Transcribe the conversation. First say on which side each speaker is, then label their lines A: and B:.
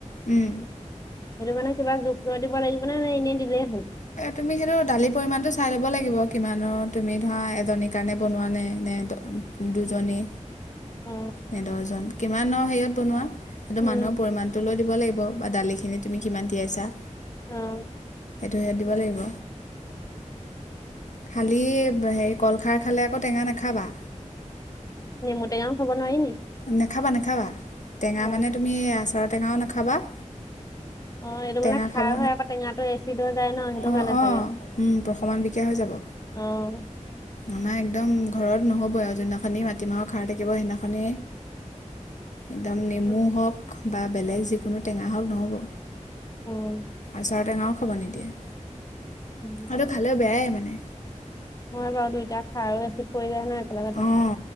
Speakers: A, on the left; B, on the left.
A: উম,
B: সেইটো মানে কিবা জুখ লৈ দিব লাগিব, নে নে এনেই দিলেই হল
A: তুমি সেইটো দালিৰ পৰিমাণটো চাই ল'ব লাগিব, কিমানৰ তুমি ধৰা এজনীৰ কাৰণে বনোৱা নে নে দুজনী।
B: অ
A: নে দহজন, কিমান আৰু হেৰিয়ত বনোৱা সেইটো
B: উম
A: মানুহৰ পৰিমান লৈ দিব লাগিব বা দালিখিনি তুমি কিমান তিয়াইছা।
B: অ',
A: সেইটো, ইয়াত দিব লাগিব খালী হেৰি কলখাৰ খালে আকৌ টেঙা নাখাবা।
B: নেমু টেঙাও খাব নোৱাৰি নি?
A: নাখাবা, নাখাবা, টেঙা
B: অ
A: মানে তুমি আচাৰৰ টেঙাও নাখাবা
B: অ', এইটো
A: টেঙা
B: মানে খাৰ
A: খাব
B: হয়, আকৌ টেঙাটো এচিড হৈ যায় ন সেইটো
A: অঁ
B: কাৰণে
A: অঁ
B: চাগে
A: প্ৰশমন বিকাৰ হৈ যাব
B: অ',
A: আমাৰ একদম ঘৰত নহ'ব আৰু, যোনদিনাখন মাটিমাহৰ খাৰ থাকিব সেইদিনাখনি। একদম নেমু
B: উম
A: হওঁক, বা বেলেগ যিকোনো টেঙা হওঁক নহ'ব
B: উম
A: আচাৰ টেঙাও খাব নিদিয়ে
B: উম,
A: আৰু খালেও বেয়াই মানে।
B: হয় বা দুইটা খাৰ, আৰু এচিড পৰি যায় নহয় একেলগতে
A: অঁ